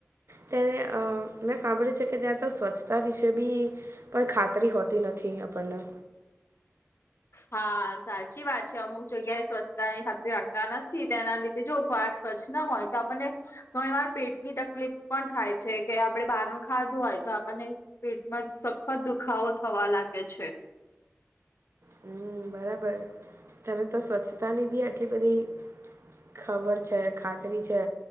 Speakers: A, on the right; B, on the left.
A: ત્યારે અ મેં સાંભળ્યું છે, કે ત્યાં તો સ્વચ્છતા વિશે બી. પણ ખાતરી હોતી નથી આપણને
B: હા સાચી વાત છે, અમુક જગ્યાએ સ્વચ્છતાની ખાતરી રાખતા નથી તેના લીધે જો ખોરાક સ્વચ્છ ન હોય. તો આપણને ઘણી વાર પેટની તકલીફ પણ થાય છે, કે આપણે બહારનું ખાધું હોય તો આપણને પેટમાં સખત દુખાવો થવા લાગે છે.
A: હમ બરાબર તમે તો સ્વચ્છતાની બી અટલી બધી ખબર છે, ખાતરી છે,